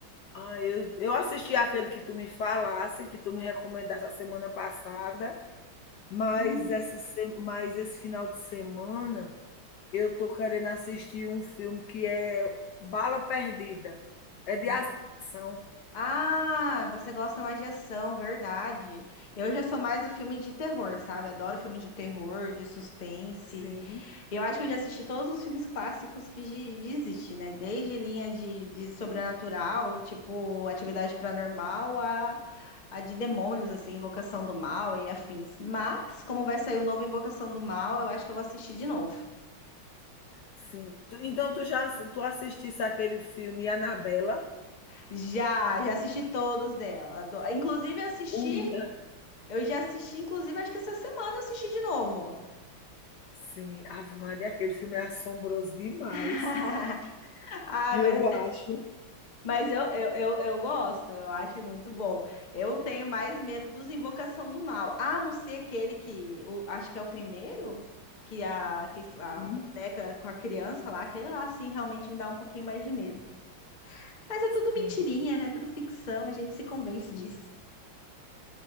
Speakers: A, on the left; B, on the left.
A: Ah, eu, eu assisti aquele que tu me falasse, que tu me recomendasse a semana passada, mas,
B: Hum,
A: essa, se- mas esse final de semana eu tô querendo assistir um filme que é Bala Perdida. É de
B: ba-
A: ação.
B: Ah, você gosta mais de ação, verdade. Eu já sou mais do filme de terror, sabe? Adoro filme de terror, de suspense.
A: Sim.
B: Eu acho que eu já assisti todos os filmes clássicos que gi- existe, né? Desde linha de, de sobrenatural, tipo atividade paranormal, a, a de demônios, assim, Invocação do Mal e afins. Mas, como vai sair o novo Invocação do Mal, eu acho que eu vou assistir de novo.
A: Sim. Tu então tu já assi tu assistisse aquele filme Annabella?
B: Já, já assisti todos dela. Ado- Inclusive, assisti,
A: Uia.
B: eu já assisti, inclusive, acho que essa semana eu assisti de novo.
A: Sim, Ave Maria, aquele filme é assombroso demais.
B: <laughs> Ah,
A: Eu
B: mas
A: acho,
B: Mas eu, eu, eu, eu gosto, eu acho muito bom. Eu tenho mais medo dos Invocação do Mal. A não ser aquele que, o, acho que é o primeiro, que a, que a
A: sim,
B: boneca com a criança lá, aquele lá, sim, realmente me dá um pouquinho mais de medo. Mas é
A: sim.
B: tudo mentirinha, né? Tudo ficção, a gente se convence disso.